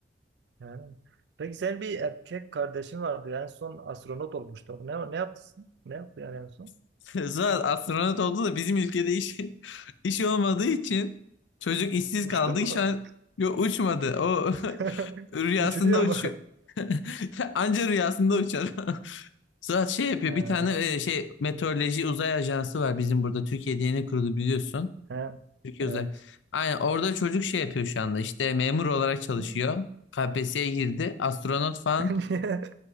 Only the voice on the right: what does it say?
Yani. Peki senin bir erkek kardeşin vardı. En son astronot olmuştu. Ne, ne yaptı? Ne yaptı yani en son?
Uçtu
mu?
<laughs>
Uçuruyor
mu?
He,
he,
evet.
<laughs>
Niye?